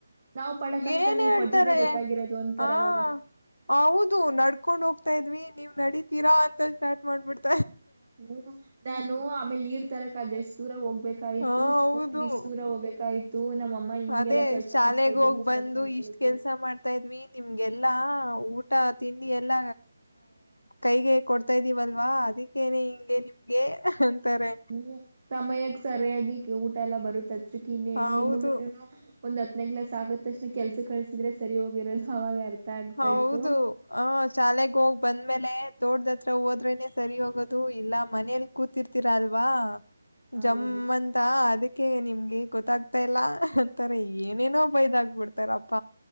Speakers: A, on the right (about 55°); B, on the left (about 85°).
A: ನಾವವು ಪಡಕಷ್ಟ
B: ಏನ್
A: ನೀವು್
B: ಹೇಳ್ತಾರೆ
A: ಪಟ್ಟಿದ್ರೆ ಗೊತ್ತಾಗಿರೋದು ಅಂತರವಾಗ
B: ಆ ಹೌದು ನಡ್ಕೊಂಡ್ ಹೋಗ್ತಾ ಇದ್ವಿ ನೀವ್ ನಡಿತೀರಾ ಅಂತ ಚ್ಟಾರ್ಟ್ ಮಾಡ್ಬಿಡ್ತ
A: ಹ್ಮ್ ನಾನು ಆಮೇಲೆ ನೀರ್ ತರಕ್ ಅದ್ ಎಷ್ಟ ದೂರ ಹೋಗ್ಬೇಕಾಯ್ತು
B: ಹಾ
A: ಸ್ಕೂಲ್ಗೆ
B: ಹೌದು
A: ಇಷ್ಟ ದೂರ ಹೋಗ್ಬೇಕಾಯ್ತು ನಮ್ಮಮ್ಮ ಹಿಂಗೆಲ್ಲಾ
B: ಅದೇ
A: ಕೆಲ್ಸ
B: ಶಾಲೆಗ
A: ಮಾಡ್ಸ್ತಾ ಇದ್ರು
B: ಹೋಗ್
A: ಅಂತ ಸ್ಟಾರ್ಟ್
B: ಬಂದು
A: ಮಾಡ್ಕೊಳುತ್ತೆ
B: ಇಷ್ಟ ಕೆಲ್ಸ ಮಾಡ್ತಾ ಇದ್ವಿ ನಿಮ್ಗೆಲ್ಲಾ ಊಟ ತಿಂಡಿ ಎಲ್ಲ ಕೈಗೆ ಕೊಡ್ತಾ ಇದ್ದೀವಲ್ವಾ ಅದಕ್ಕ ನ ಹಿಂಗೆ ನಿಮ್ಗೆ ಅಂತಾರೆ
A: ಹ್ಮ್ ಸಮಯಕ್ ಸರಿಯಾಗಿ ಊಟ ಎಲ್ಲ ಬರುತ್ತ್ಕ್ ಇನ್ನೇನು
B: ಹೌದು
A: ನಿಮ್ಮನು ಒಂದ ಹತ್ನೇ್ಲಾಸ್ ಆಗತಕ್ಷಣ ಕೆಲ್ಸ ಕಳ್ಸಿದ್ರೆ ಸರಿ ಹೋಗಿರೋದು ಅವಾಗ ಅರ್ಥ ಆಗ್ತಾ
B: ಹೌದು
A: ಇತ್ತು
B: ಹ ಶಾಲೆಗ ಹೋಗ್ ಬಂದ್ಮೇಲೆ ತೋಡ್ದತ್ ಹತ್ರ ಹೋದ್ರೆನೆ ಸರಿ ಹೋಗೋದು ಇಲ್ಲ ಮನೇಲಿ ಕೂತಿರ್ತೀರಾ ಅಲ್ವಾ
A: ಹೌದು
B: ಜಮ್ಮಂತ ಅದಕ್ಕೆ ನಿಮ್ಗೆ ಹಾಗ ಗೊತ್ತಾಗ್ತಾ ಇಲ್ಲ ಅಂತಾರೆ ಏನೇನೋ ಬೈದ್ ಆಾಗಬಿಡ್ತಾರಪ್ಪ